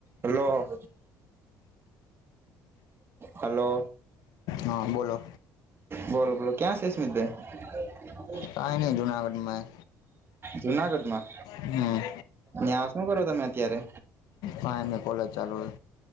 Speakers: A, on the right; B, on the left.
A: અલો. Hello.
B: હા બોલો
A: બોલો બોલો, ક્યા સે સ્મિતે. હ
B: કાઈ નઈ જુનાગઢમાં
A: જુનાગઢમાં
B: એ. હમ.
A: ત્યાં શું કરો તમે અત્યારે
B: પાઈની કોલેજ ચાલુ હે.